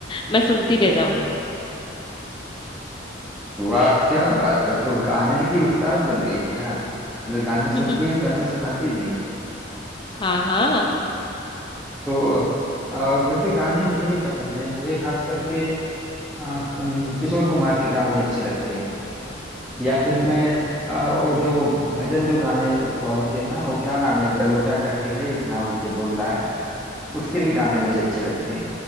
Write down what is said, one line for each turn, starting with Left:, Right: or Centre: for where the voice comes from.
Left: मैं सुनती रह जाऊंगी
Centre: वाह क्या बात है तो गाने की उस्ताद बन गई हैं आप मतलब गाने सुनती
Left: <laughs>
Centre: हैं गाने सुनाती भी हैं
Left: हाँ हाँ
Centre: तो अ, वैसे गाने मुझे भी पसंद हैं मुझे खास करके अ, कम- किशोर कुमार के गाने अच्छे लगते हैं या फिर मैं अ, वो जो भजन जो गाने वो होते हैं ना वो क्या नाम है जलोटा करके है एक नाम मुझे बोल रहा है उसके भी गाने मुझे अच्छे लगते हैं